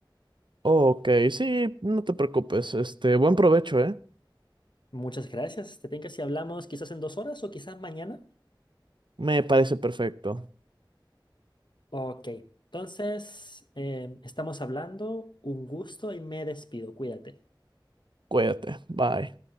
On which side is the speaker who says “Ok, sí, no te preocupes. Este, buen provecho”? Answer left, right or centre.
Right